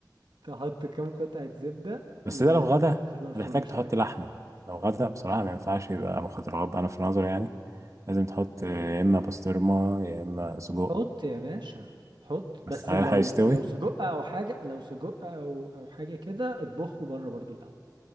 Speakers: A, on the right (about 85°); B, on the right (about 45°).
A: تحط كام قطعة زبدة
B: بس
A: وبعدين
B: ده لو غدا
A: تدخلها الفرن
B: هتحتاج تحط
A: شوية
B: لحمه لو غدا بصراحه ما ينفعش يبقى مخدرات انا في نظري يعني لازم تحط يا اما بسطرمه يا اما سجق
A: حط يا باشا حط
B: بس
A: بس
B: هل
A: لو
B: هيستوي
A: لو سجق أو حاجة لو سجق أو أو حاجة كده اطبخه بره برضو الأول